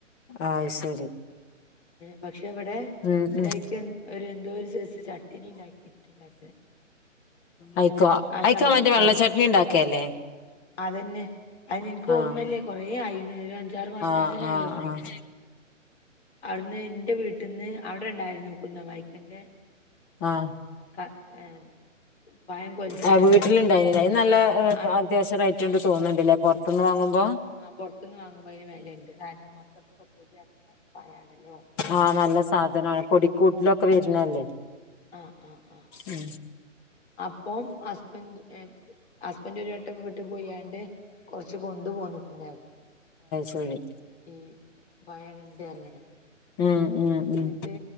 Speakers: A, on the left; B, on the left.
A: ആഹ് ശരി
B: പക്ഷെ വിടെ
A: ഉം ഉം
B: അയ്യ്ക്ക് എ ഒരു എന്തോ ഒരു സെയ്‌സ് ചട്ടിനി ണ്ടാക്കിട്ട്ണ്ടാര്ന്നു
A: അയ്ക്കോ അയ്ക്ക
B: ചമ്മ
A: മറ്റേ വെള്ള
B: ആഹ്
A: ചാട്ട് ചട്നി ണ്ടാക്കിയല്ലേ
B: അതന്നെ അതിന് എനിക്ക്
A: ആഹ്
B: ഓർമ്മല്ലേ കൊറെ ആയിന് ഒരു അഞ്ചാറ് മാസം
A: ആഹ്
B: എങ്ങനെയാലും
A: ആഹ്
B: ആയി
A: ആഹ്
B: അവിടുന്ന് എന്റെ വീട്ടിൽന്ന് അവിടെ ഉണ്ടായിരുന്നു കുന്ന വൈക്കൻ്റെ
A: ആഹ്
B: ക ഏ പഴം കൊലിച്ചിട്ടുണ്ടായിരുന്നു
A: ആഹ് വീട്ടിലുണ്ടായിനിലെ അത് നല്ല
B: ആ
A: അത്യാവശ്യം റേറ്റ് തോന്നുന്നുണ്ടില്ലേ പുറത്തുന്ന് വാങ്ങുമ്പോ
B: ആ പൊറത്ത്നിന്ന് വാങ്ങുമ്പോൾ അതിന് വിലയുണ്ട് കാരണം മക്കൾക്കൊക്കെ പൊടി ആകുന്ന പഴണല്ലോ
A: ആഹ് നല്ല സാധനമാണ് പൊടിക്കൂട്ടിലൊക്കെ വരണല്ലേ
B: ആഹ് ആഹ് ആഹ്
A: ഉ
B: അപ്പം ഹസ്ബൻ്റ് ഹസ്ബൻ്റ് ഒരു വട്ടം വിട്ട് പോയാണ്ട് കൊറച്ച് കൊണ്ടു പോന്ന പിന്നായി
A: സരി
B: ഈ പഴ ഇടണ്ട് അങ്ങനെ
A: ഉം ഉം ഉം
B: ന്ന് ട്ട്